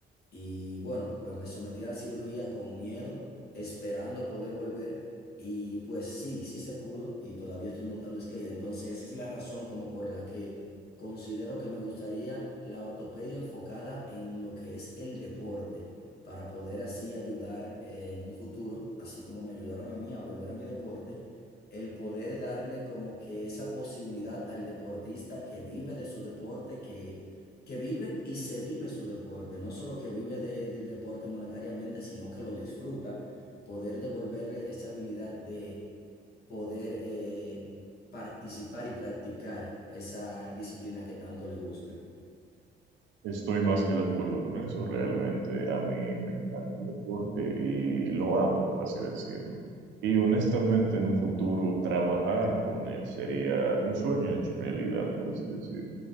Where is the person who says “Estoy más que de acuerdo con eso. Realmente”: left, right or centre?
Right